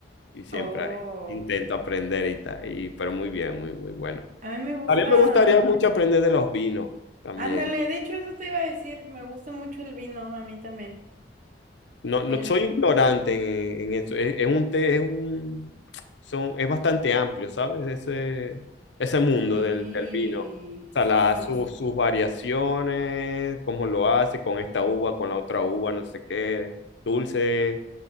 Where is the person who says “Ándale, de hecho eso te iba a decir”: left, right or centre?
Right